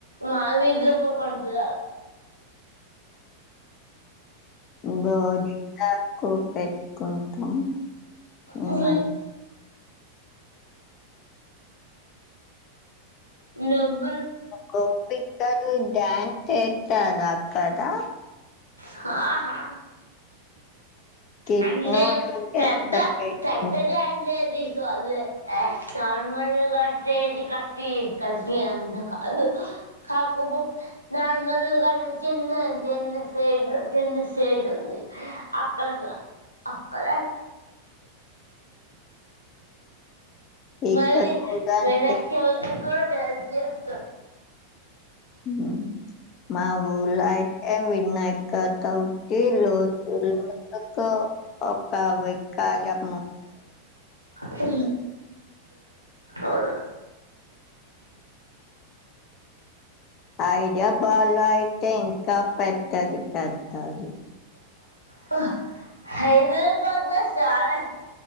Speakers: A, on the right (about 85°); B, on the left (about 35°).
A: మా వీధి లో ఒకడు
B: హు గోరింటాకు పెట్టుకుంటాం. మేమైతే
A: <inaudible> ఊ <unintelligible>
B: గోపికలు డ్యాన్స్ ఎత్తరా అక్కడా
A: హా హా
B: కిట్నోడు
A: అంటే
B: గెటప్
A: పెద్ద
B: వేసుకుం
A: పెద్దగా అంటేది అల్ నార్మల్గా <unintelligible> కాకుపు నాలు చిన్న చిన్న సైడ్ చిన్న సైడ్ అక్కడ అక్కడ
B: ఇక్కడ
A: మళ <unintelligible>
B: కూడా అంతే. మా మా ఊర్లో అయితే ఏ వినాయక చవితి రోడ్ రోడ్ కు ఒక విగ్ర <unintelligible>
A: హు అవు
B: హైదరాబాద్ లో అయితే ఇంకా పెద్దా పెద్దది పెడతారు
A: హా హైదారాబాద్ లో చానా